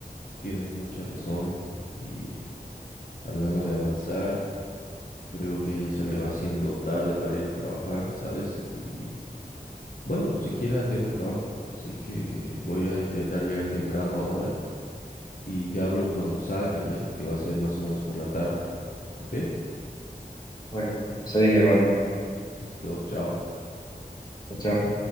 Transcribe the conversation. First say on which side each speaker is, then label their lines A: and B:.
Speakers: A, on the left (about 55°); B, on the left (about 25°).
A: tienes mucha razón. Y hablando de avanzar. Creo que ya se me va haciendo tarde para ir a trabajar, ¿sabes? Y bueno, siquiera tengo trabajo, así que voy a intentar llegar temprano ahora y te hablo cuando salga ya, que va a ser más o menos por la tarde. ¿Ok?
B: Bueno, está bien, mi hermano.
A: Listo, chao.
B: Chao, chao.